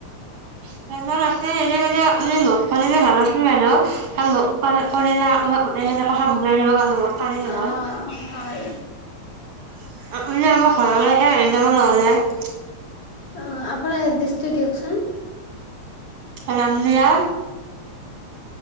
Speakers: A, on the right; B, on the left.
A: <inaudible> <inaudible> <inaudible>
B: অ' হয়
A: <inaudible>
B: অ আপোনি এড্ৰেছটো দিয়কচোন।
A: ৰামদিয়া